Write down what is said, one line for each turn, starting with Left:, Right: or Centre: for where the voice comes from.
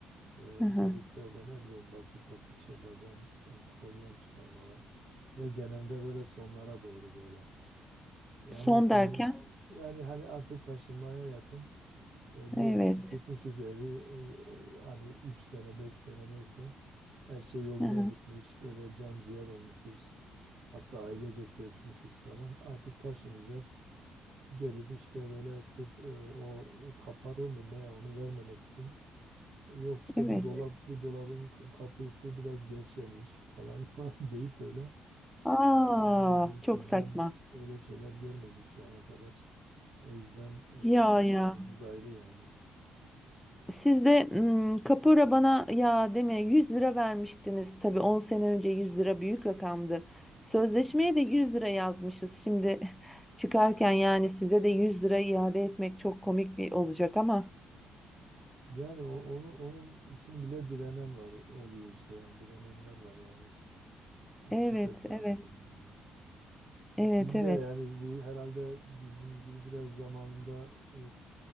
Right: E,
Centre: Hı hı.
Right: gelip böyle ne bileyim basit basit şeylerden e, problem çıkarmalar ve genelde böyle sonlara doğru böyle. E,
Centre: Son
Right: ama sizde
Centre: derken,
Right: yani hani artık taşınmaya yakın e, diyelim
Centre: evet,
Right: ki tutmuşuz evi e, o- hani 3 sene 5 sene neyse her şey yolunda
Centre: Hı hı,
Right: gitmiş böyle can ciğer olmuşuz. Hatta ailecek görüşmüşüz falan. Artık taşınacağız. Gelip işte böyle sırf e, o kaparo mu ne onu vermemek için Yok işte
Centre: evet.
Right: bu dolap bu dolabın k- kapısı biraz gevşemiş falan <laughs> falan deyip böyle.
Centre: Aa,
Right: Yani o yüzden sizden
Centre: çok saçma.
Right: öyle şeyler görmedik şu ana kadar. O yüzden
Centre: Ya
Right: e, sizin
Centre: ya.
Right: yeriniz ayrı yani.
Centre: Siz de hmm, Kapora bana ya deme 100 lira vermiştiniz. Tabii 10 sene önce 100 lira büyük rakamdı. Sözleşmeye de 100 lira yazmışız. Şimdi <laughs> çıkarken yani size de 100 lira iade etmek çok komik bir olacak ama.
Right: Yani o, onu onun için bile direnen var oluyor işte yani direnenler var yani. Artık
Centre: Evet,
Right: hesap
Centre: evet,
Right: edin yani.
Centre: evet,
Right: Siz
Centre: evet.
Right: de yani bu herhalde bizim gibi biraz zamanında e,